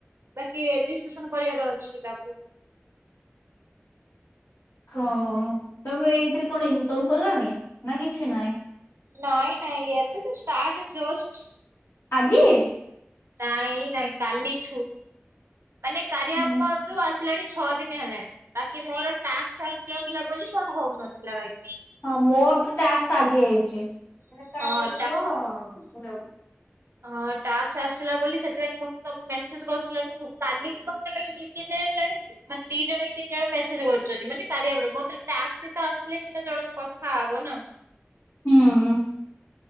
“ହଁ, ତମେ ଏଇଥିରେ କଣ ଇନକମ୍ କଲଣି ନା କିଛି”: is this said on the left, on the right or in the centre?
Left